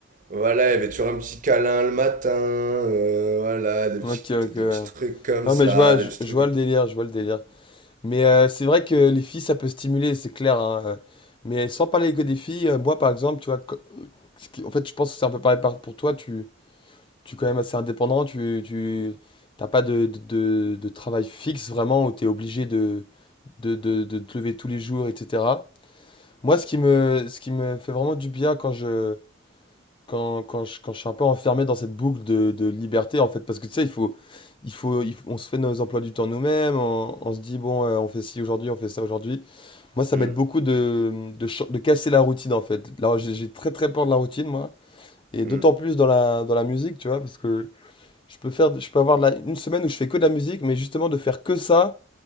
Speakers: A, on the right; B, on the left.
A: voilà, il y avait toujours un petit câlin le matin, euh, voilà, des petits,
B: Ok, ok.
A: des
B: ouais.
A: petits trucs comme
B: Non,
A: ça,
B: mais je vois,
A: des
B: je,
A: petits trucs.
B: je vois
A: comme-
B: le délire, je vois le délire. Mais euh, c'est vrai que les filles, ça peut stimuler, c'est clair. hein, euh. Mais sans parler que des filles, euh, moi, par exemple, tu vois, co- ce qui- en fait, je pense que c'est un peu pareil par- pour toi. Tu, tu es quand même assez indépendant. Tu, tu, t'as pas de, de, de- de travail fixe vraiment où tu es obligé de, de, de, de te lever tous les jours, etc. Moi, ce qui me, ce qui me fait vraiment du bien quand je quand, quand, je, quand je suis un peu enfermé dans cette boucle de, de liberté, en fait, parce que tu sais, il faut, il faut, il faut- on se fait nos emplois du temps nous-mêmes, on, on se dit, bon, euh, on fait ci aujourd'hui, on fait ça aujourd'hui. Moi, ça
A: Hum,
B: m'aide beaucoup de, de, ch- de casser la routine, en fait. Là, j'ai j'ai très, très peur de la routine, moi, et d'autant
A: hum.
B: plus dans la, dans la musique, tu vois, parce que je peux faire, je peux avoir de la- une semaine où je fais que de la musique, mais justement, de faire que ça